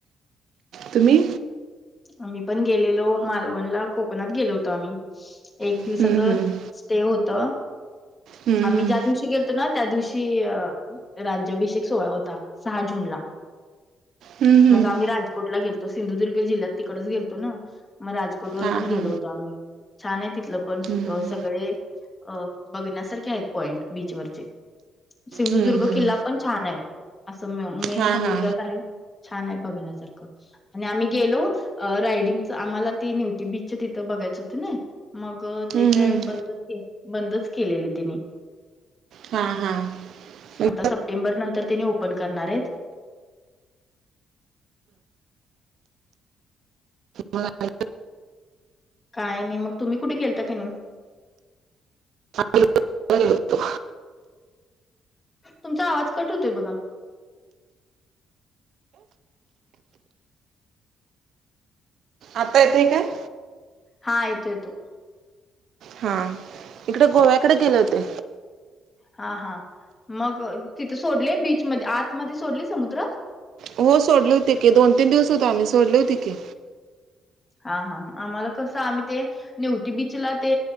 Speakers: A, on the right; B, on the left.
A: तुम्ही?
B: आम्ही पण गेलेलो मालवणला कोकणात गेलो होतो आम्ही एक
A: हम्म,
B: दिवसाच
A: हम्म.
B: ते होत
A: हम्म,
B: आम्ही
A: हम्म.
B: ज्या दिवशी गेलतो ना त्या दिवशी राज्याभिषेक सोहळा होता सहा जून ला.
A: हम्म, हम्म.
B: मग आम्ही राजकोटला गेलतो सिंधुदुर्ग जिल्ह्यात तिकडच गेलतो. ना मग राजकोट वर
A: हा,
B: पण
A: हा.
B: गेलो होतो आम्ही, छान आहे तिथलं पण
A: हम्म,
B: सगळे अ बघण्यासारखे आहेत पॉईंट बीचवररचे. सिंधुदुर्ग
A: हम्म, हम्म.
B: किल्ला पण छान आहे. असं म मेन
A: हा,
B: समुद्रात
A: हा.
B: आहे. छान आहे बघण्यासारखं आणि आम्ही गेलो अ रायडिंग चं आम्हाला ते नव्हती बीच तिं बघयचं होतं. नाही मग
A: हम्म,
B: ते काय
A: हम्म.
B: बंदच के बंदच केलेले तिनि.
A: हा, हा. मग
B: आता सप्टेंबर नंतर त्यांनी ओपन करणार आहेत.
A: मला <unintelligible>
B: काय नाही मग तुम्ही कुठे गेलता का नाही.
A: आम्ही पण गेलतो.
B: तुमचा आवाज कट होतोय बघा.
A: आता येतोय काय?
B: हा येतो येतो.
A: हा, इकड गोव्याकड गेले होते.
B: हा हा मग तिथे सोडले बीच मधे, आतमध्ये सोडले समुद्रात?
A: हो सोडले होते के, दोन तीन दिवस होतो आम्ही, सोडले होते कि.
B: हा हा आम्हाला कसं, आम्ही ते निवती बीचला ते,,